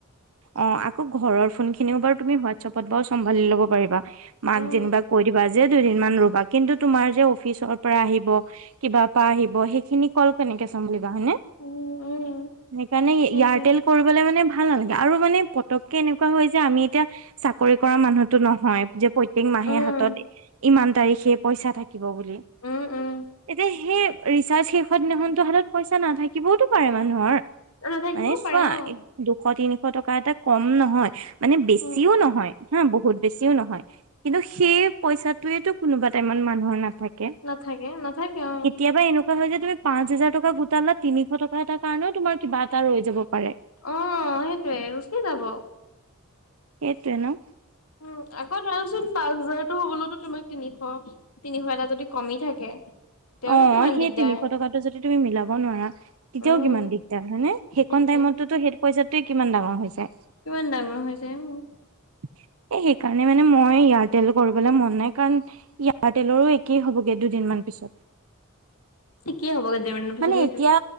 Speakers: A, on the right; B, on the left.
A: অ' আকৌ ঘৰৰ ফোনখিনিও বাৰু তুমি হোৱাটছএপত বাৰু চম্ভালি ল'ব পাৰিবা। মাক
B: উম
A: যেনিবা কৈ দিবা যে দুদিন মান ৰ'বা কিন্তু তোমাৰ যে অফিচৰ পৰা আহিব। কিবা পা আহিব সেইখিনি কল কেনেকে চম্ভালিবা হয়নে?
B: উম উম
A: সেইকাৰণে
B: সেইটোৱে
A: ইয়াৰটেল কৰিবলে মানে ভাল নালাগে। আৰু মানে পতককে এনেকুৱা হয় যায় আমি এতিয়া চাক চাকৰি কৰা মানুহতো নহয় যে প্ৰত্যেক মাহে
B: উম
A: হাতত ইমান তাৰিখে পইচা থাক থাকিব বুলি,
B: উম উম
A: এতিয়া সেই ৰিচাৰ্জ শেষ হোৱাৰ দিনাখনটো হাতত পইচা নাথাকিবওতো পাৰে মানুহৰ।
B: নাথাকিবও
A: মানে
B: পাৰে
A: চোৱা
B: অ
A: দুশ তিনিশ টকা এটা কম নহয় মানে বেছিও
B: উম
A: নহয়। বহুত বেছিও নহয়। কিন্তু সেই পইছাটোৱেটো কোনোবা টাইমত মানুহৰ নাথাক
B: নাথাকে নাথাকে অ
A: কেতিয়াবা এনুক হয় যে তুমি পাঁচ হাজাৰ টকা গোটালা তিনিশ টকা এটাৰ কাৰণেও তোমাৰ কিবা এটা ৰৈ যাব পাৰে।
B: অ' সেইটোৱে ৰখি যাব।
A: এইটোৱে ন'
B: উম, আকৌ ধৰাচোন পাঁচ হাজাৰতো হ'বলটো তোমাক তিনিশ তিনিশ এটা যদি কমি থাকে তেওঁৰো
A: অ'
B: কিমান
A: সেই
B: দিগদাৰ
A: তিনিশ টকাটো যদি তুমি মিলাব নোৱাৰা। তেতিয়াও
B: উম
A: কিমান দিগদাৰ হয় নে? সেইকন
B: দিগদাৰ
A: টাইমতটো
B: সেইটোৱে
A: সেই পইচাটোৱে কিমান ডাঙৰ হৈ যায়।
B: কিমান ডাঙৰ হৈ যায় উম।
A: এ সেইকাৰণে মানে মই এয়াৰটেল কৰিবলৈ মন নাই কাৰণ ইয়াৰটেলৰো একেই হ'বগে দুদিনমান পিছত।
B: একেই হ'বগে দুদিনমানৰ পিছত
A: মানে
B: সেইটোৱে।
A: এতিয়া